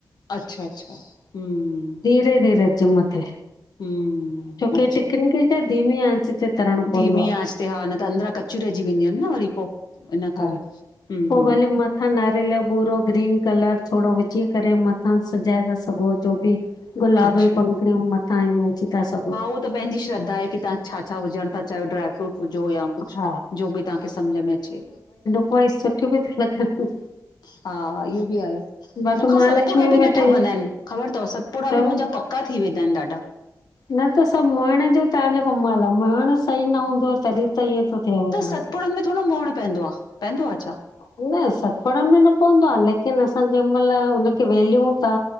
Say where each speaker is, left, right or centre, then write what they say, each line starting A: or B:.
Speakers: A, on the left; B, on the left.
A: अच्छा-अच्छा हं
B: <unintelligible> अचे मथे
A: हम्
B: छोकी
A: अच्छा,
B: टिकिन खे त धीमी आंच ते तरणो
A: धीमी
B: पवंदो आहे
A: आंच ते हा न त अंदरां कचियूं रहिजी वेंदियूं आहिनि न वरी पो। इन करे,
B: हा।
A: हम्
B: पो
A: हम्
B: भले मथां नारेयल बूरो ग्रीन कलर थोणो विझी करे मथां सिजाए था सघो, जो ॿि गुलाब
A: अच्छा
B: जी पंखुड़ियूं मथां ईं विझी था सघो।
A: उ त पंहिंजी श्र्द्धा आ की तव्हां छा छा विझण ता चायो, ड्राय फ्रूट हुजो या कुछ,
B: हा
A: जो ॿि तहांखे सम्झ में अचे।
B: उवोई सुठी ॿि त्यूं लॻन।
A: हा इहो बि आहे,
B: बाक़ी
A: मूंखां
B: महालक्ष्मी
A: सतपुड़ा ॿि
B: में
A: न
B: त
A: ठवंदा
B: ईअं
A: आहिन, ख़बर तवं सतपुड़ा ॿि
B: चओ
A: मुंहिंजा पक पका थी वेंदा आहिनि ॾाढा।
B: न त सब मोएंण जो तहांजो कमाल आ, मोएण सही न हूंदो तॾहिं त इअं थो थिएव
A: त
B: तव्हांसां।
A: सतपुड़नि में थोणिन मोअण पवंदो आ, पवंदो आ छा?
B: न सतपुड़नि में न पवंदो आ, लेकिन असां जंहिं मईल हुनखे बेल्यूं ता